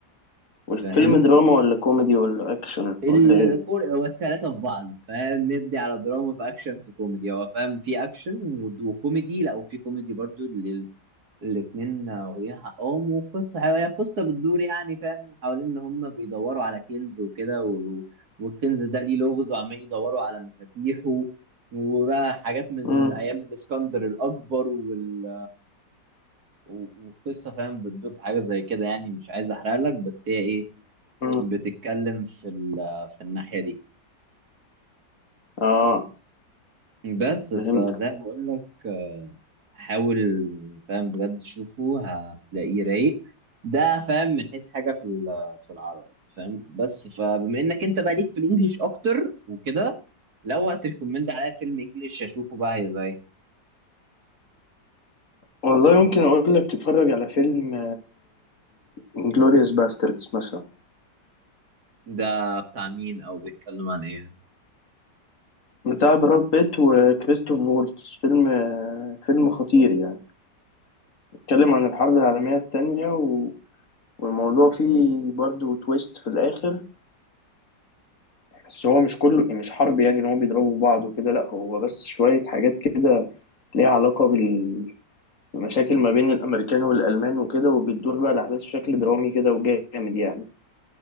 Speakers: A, on the left; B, on the right.
A: والفيلم
B: فاهم
A: دراما ولا كوميدي ولا أكشن
B: الكل
A: ولا ايه
B: هو التلاتة في بعض فاهم ندي على دراما في أكشن في كوميدي هو فاهم في أكشن و- وكوميدي لا وفي كوميدي برضو ال- الاتنين واخدين حقهم وقصة هي قصة بتدور يعني فاهم حوالين إن هما بيدوروا على كنز وكده و... والكنز ده ليه لغز وعمالين يدوروا على مفاتيحه وبقى حاجات من
A: مم.
B: أيام الإسكندر الأكبر وال... و- والقصة فاهم بتدور في حاجة زي كده يعني مش عايز أحرق لك بس هي إيه
A: مم.
B: بتتكلم في ال- في الناحية دي
A: اه
B: بس فزي
A: فهمتك
B: ما بقول لك آه، حاول فاهم بجد شوفه هتلاقيه رايق ده فاهم من حيث حاجة في ال- في العربي فاهم بس فبما انك انت بقى ليك في الانجليش اكتر وكده لو هتريكومند عليا فيلم انجليش اشوفه بقى هيبقى ايه
A: والله يمكن اقول لك تتفرج على فيلم انجلوريوس باستردز مثلا
B: ده بتاع مين او بيتكلم عن ايه
A: بتاع براد بيت وكريستوف فولتز فيلم آه، فيلم خطير يعني بيتكلم عن الحرب العالمية التانية و... والموضوع فيه برضو تويست في الآخر بس هو مش كله مش حرب يعني ان هو بيضربوا في بعض وكده لا هو بس شوية حاجات كده ليها علاقة بال- بمشاكل ما بين الأمريكان والألمان وكده وبتدور بقى الأحداث بشكل درامي كده وجامد يعني